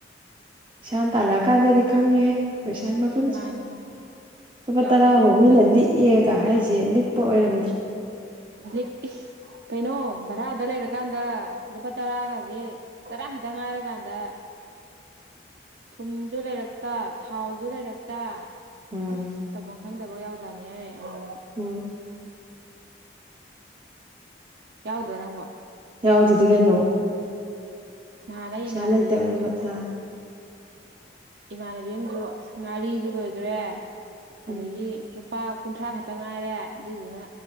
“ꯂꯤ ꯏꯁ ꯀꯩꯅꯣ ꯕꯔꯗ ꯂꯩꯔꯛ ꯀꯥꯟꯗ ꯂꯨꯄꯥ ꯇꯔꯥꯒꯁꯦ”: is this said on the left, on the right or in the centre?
Right